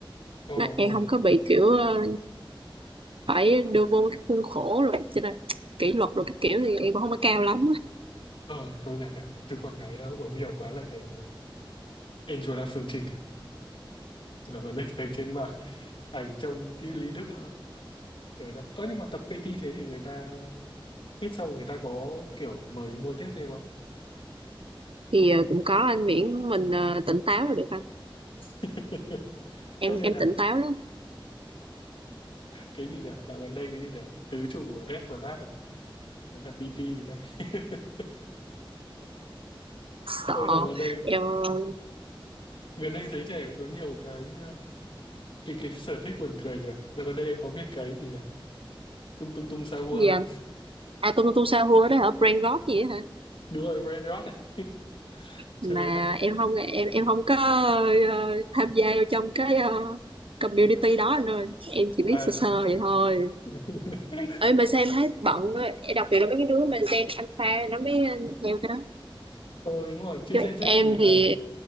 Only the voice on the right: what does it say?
nó, em
không có bị kiểu ờ, phải đưa vô cái khuôn khổ rồi cho nên kỷ luật rồi các kiểu thì em cũng không có cao lắm
thì ờ, cũng có anh miễn mình ờ, tỉnh táo là được anh
em
em
tỉnh táo lắm
sợ
em ờ,
gì
anh à tung tung sao hua đó hả brain rot gì đó hả
mà
em không em em không có ờ, tham gia vô trong cái ờ, community đó anh ơi em chỉ biết
sơ
sơ vậy thôi
ơi mà sao em thấy bận quá. em đặc biệt là mấy cái đứa mà gen alpha nó mới ờ, theo cái đó
chứ
em
thì